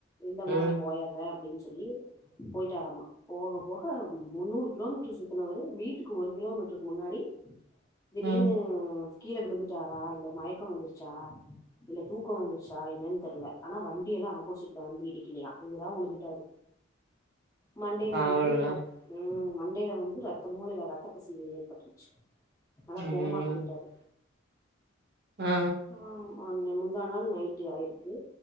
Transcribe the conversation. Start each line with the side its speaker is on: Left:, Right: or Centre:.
Left: இல்லனாளே
Right: ம்
Left: அப்படின்னு சொல்லி போயிட்டாராமா போக போக முன்னூறு கிலோமீட்டர் சுத்தினவரு வீட்டுக்கு ஒரு கிலோமீட்டருக்கு முன்னாடி திடீர்ன்னு
Right: ம்
Left: கீழே விழுந்துட்டாரா இல்லை மயக்கம் வந்துருச்சா இல்லை தூக்கம் வந்துருச்சா என்னன்னு தெரில ஆனால் வண்டியெல்லாம் ஆப்போசிட்டில் வந்து இடிக்கலையா இவரா உழுந்துட்டாரு மண்டைல
Right: பாவல்ல
Left: வந்து ரத்தம் ம் மண்டையில வந்து ரத்த மூளையில ரத்த கசிவு ஏற்பட்டுருச்சு நல்லா
Right: அய்யய்யோ
Left: கோமாக்கு போயிட்டாரு
Right: ஆ
Left: ம்ம் ஆ முந்தா நாள் நைட்டு ஆயிருக்கு